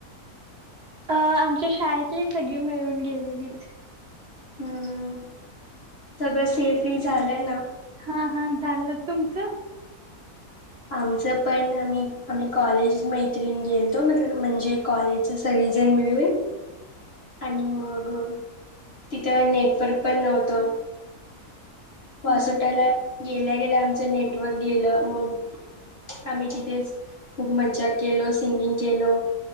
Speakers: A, on the right; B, on the left.
A: अ आमच्या शाळेतली सगळी मिळून गेलेलीत.
B: हम्म सगळं सेफही झालंय ना.
A: हा हा झालं, तुमचं?
B: आमचं पण आम्ही, आम्ही कॉलेज म त्रिण गेलतो म्हणजे कॉलेजच सगळीजण मिळून. आणि मग तिथं नेटवर्क पण नव्हतं. पासोटाला
A: हा.
B: गेल्या - गेल्या आमचं नेटवर्क गेलं. मग आम्ही तिथेच खूप मज्जा केलो, सिंगिंग केलो.